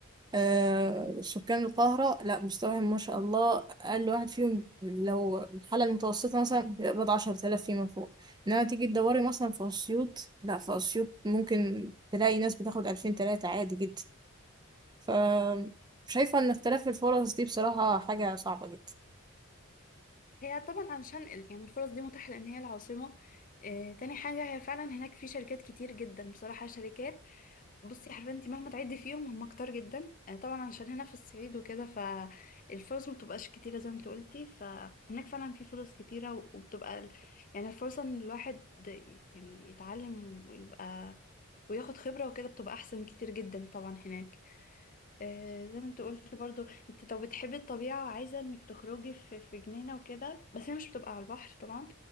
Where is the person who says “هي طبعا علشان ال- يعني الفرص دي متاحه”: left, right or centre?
Left